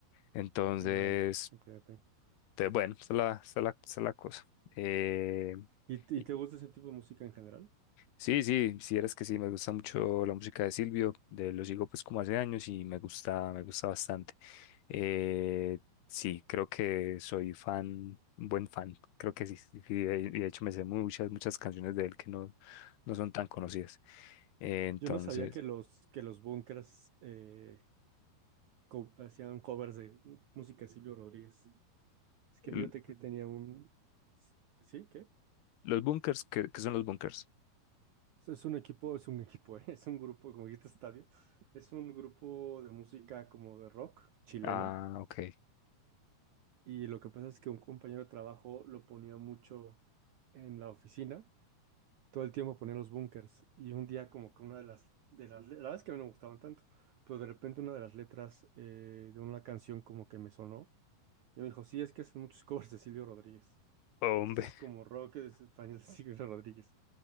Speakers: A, on the left; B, on the right.
A: Entonces,
B: Ah, ya. Ok, ok.
A: te- bueno, esa es la, esa es la, esa es la cosa. Eh,
B: ¿Y, t-
A: y-
B: y te gusta ese tipo de música en general?
A: sí, sí, si eres que sí, me gusta mucho la música de Silvio, de, lo sigo pues como hace años y me gusta, me gusta bastante. Eh, sí, creo que soy fan, un buen fan, creo que sí, sí, y de, y de hecho me sé muchas, muchas canciones de él que no, no son tan conocidas. Eh, entonces,
B: Yo no sabía que los, que los Bunkers eh, co- hacían covers de música de Silvio Rodríguez. Es que
A: l-
B: fíjate que tenía un... ¿Sí? ¿Qué?
A: los bunkers, ¿qué, qué son los bunkers?
B: Es es un equipo, es un equipo, <laughs> Es un grupo, como dijiste, estadio. Es un grupo de música como de rock chileno.
A: Ah, ok.
B: Y lo que pasa es que un compañero de trabajo lo ponía mucho en la oficina. Todo el tiempo ponía los bunkers. Y un día como que una de las, de las, le- la verdad es que a mí no me gustaban tanto. Pero de repente una de las letras eh, de una canción como que me sonó. Y me dijo, sí, es que hacen muchos <laughs> covers de Silvio Rodríguez.
A: Hombre,
B: Entonces como rock es español de Silvio Rodríguez.